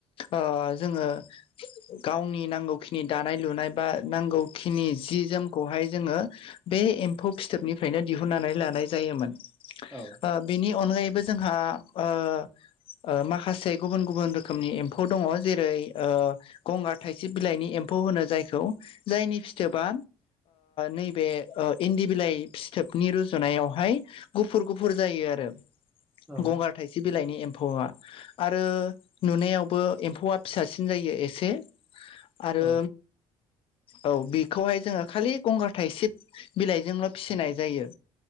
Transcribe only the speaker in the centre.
औ
औ
औ